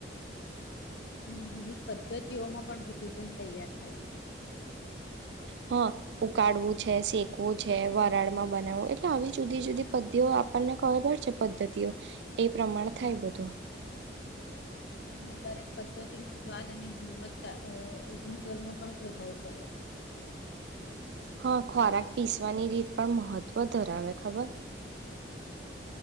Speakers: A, on the left; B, on the right.
A: અને વિવિધ પદ્ધતિઓમાં પણ ભોજન તૈયાર થાય છે
B: હા ઉકાળવું છે શેકવું છે વરાળમાં બનાવવું એટલે આવી જુદી જુદી પદ્ધીઓ આપણને ખબર છે પદ્ધતિઓ એ પ્રમાણે થાય બધું
A: દરેક પદ્ધતિ નો સ્વાદ અને ગુણવત્તા ગુણધર્મો પણ પ્રભાવ કરે છે
B: હા ખોરાક પીસવાની રીત પણ મહત્વ ધરાવે ખબર